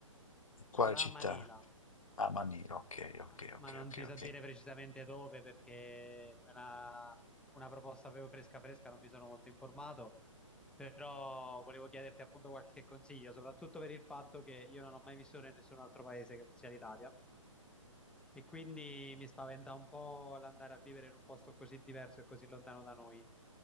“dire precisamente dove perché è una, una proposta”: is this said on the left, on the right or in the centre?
Centre